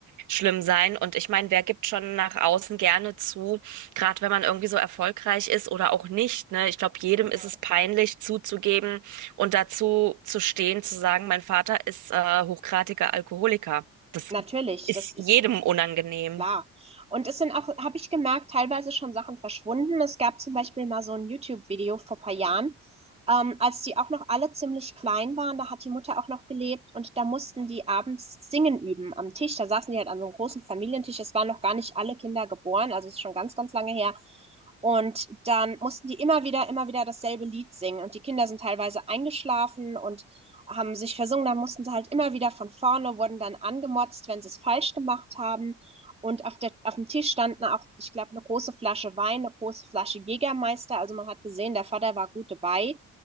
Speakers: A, on the right; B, on the right.
A: schlimm sein. Und ich meine, wer gibt schon nach außen gerne zu, gerade wenn man irgendwie so erfolgreich ist oder auch nicht, ne? Ich glaube, jedem
B: Mhm.
A: ist es peinlich zuzugeben und dazu zu stehen, zu sagen, mein Vater ist äh, hochgradiger Alkoholiker. Das
B: Natürlich,
A: ist
B: das ist
A: jedem unangenehm.
B: Klar. Und es sind auch, habe ich gemerkt, teilweise schon Sachen verschwunden. Es gab zum Beispiel mal so ein YouTube-Video vor ein paar Jahren, ähm, als die auch noch alle ziemlich klein waren. Da hat die Mutter auch noch gelebt und da mussten die abends singen üben am Tisch. Da saßen die halt an so einem großen Familientisch. Es waren noch gar nicht alle Kinder geboren, also es ist schon ganz, ganz lange her. Und dann mussten die immer wieder, immer wieder dasselbe Lied singen. Und die Kinder sind teilweise eingeschlafen und haben sich versungen. Dann mussten sie halt immer wieder von vorne, wurden dann angemotzt, wenn sie es falsch gemacht haben. Und auf der, auf dem Tisch standen auch, ich glaube, eine große Flasche Wein, eine große Flasche Jägermeister. Also man hat gesehen, der Vater war gut dabei.